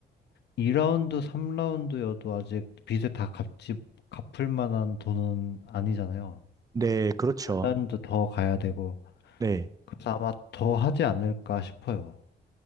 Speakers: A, on the left (about 75°); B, on the right (about 20°).
A: 2라운드, 3라운드여도 아직 빚을 다 갚지, 갚을 만한 돈은 아니잖아요.
B: 네, 그렇죠.
A: 핀란드 더 가야 되고
B: 네.
A: 그래서 아마 더 하지 않을까 싶어요.